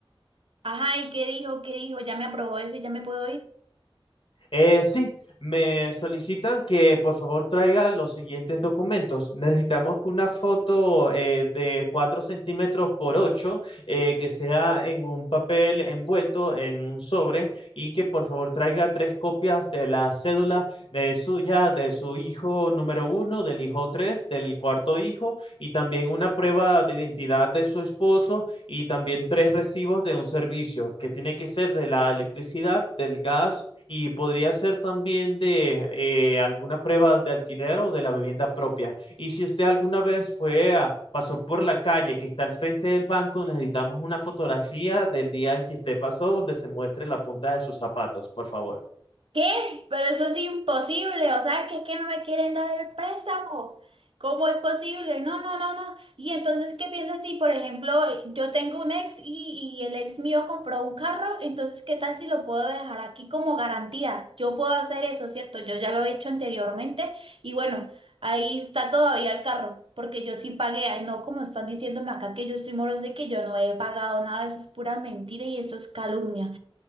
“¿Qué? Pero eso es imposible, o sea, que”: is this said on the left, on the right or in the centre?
Right